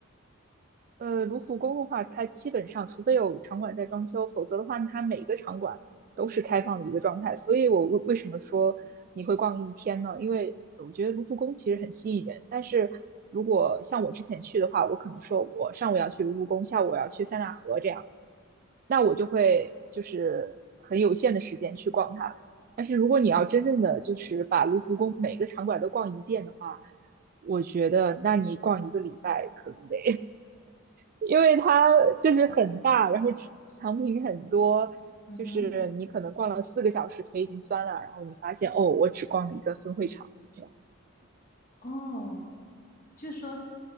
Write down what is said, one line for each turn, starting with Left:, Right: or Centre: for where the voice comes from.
Right: 呃，卢浮宫的话，它基本上除非有场馆在装修，否则的话，它每个场馆都是开放的一个状态。
Left: 嗯哼，
Right: 所以我为为什么说你会逛一天呢？因为我觉得卢浮宫其实很吸引人，但是如果像我之前去的话，我可能说我上午要去卢浮宫，下午我要去塞纳河这样，那我就会就是很有限的时间去逛它。但是如果你要真正的就是把卢浮宫每个场馆都逛一遍的话，我觉得那你逛一个礼拜可能得。因为它就是很大，然后产品很多，
Left: 嗯哼，
Right: 就是你可能逛了四个小时，腿已经酸了，然后你发现哦，我只逛了一个分会场，这样，
Left: 哦，就是说